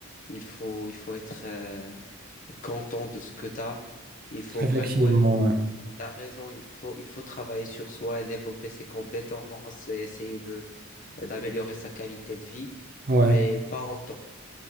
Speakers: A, on the left; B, on the right.
A: il faut, il faut être euh, content de ce que tu as. Il faut
B: effectivement,
A: vrai, ouais,
B: ouais.
A: tu as raison, il faut, il faut travailler sur soi et développer ses compétences et essayer de, d'améliorer sa qualité de vie,
B: Ouais.
A: mais pas autant.